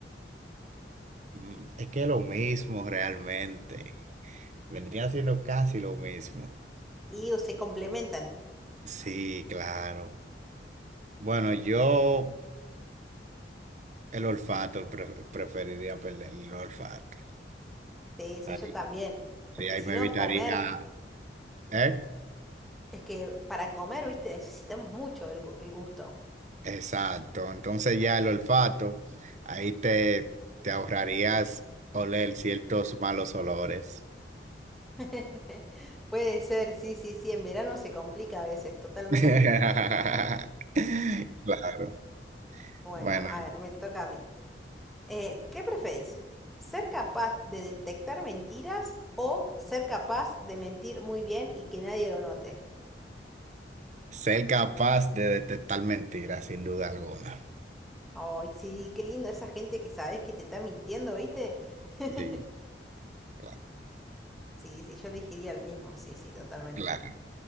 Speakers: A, on the right; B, in the centre.
A: mm, es que es lo mismo realmente. Vendría siendo casi lo mismo.
B: Y se complementan.
A: Sí, claro. Bueno, yo el olfato pref- preferiría perder el olfato.
B: Sí, sí,
A: Ahí,
B: yo también.
A: sí,
B: Porque
A: ahí
B: si
A: me
B: no,
A: evitaría,
B: comer,
A: ¿eh?
B: es que para comer, viste, necesitamos mucho el, gu- el gusto.
A: Exacto. Entonces ya el olfato, ahí te, te ahorrarías oler ciertos malos olores.
B: <laughs> Puede ser, sí, sí, sí, en verano se complica a veces, totalmente.
A: <laughs> Claro.
B: Bueno,
A: Bueno,
B: a ver, me toca a mí. Eh, ¿qué preferís? ¿Ser capaz de detectar mentiras o ser capaz de mentir muy bien y que nadie lo note?
A: ser capaz de detectar mentiras, sin duda alguna.
B: Ay, sí, qué lindo esa gente que sabes que te está mintiendo, ¿viste? <laughs>
A: Sí, cla-
B: Sí, sí, yo elegiría el mismo, sí, sí, totalmente.
A: claro.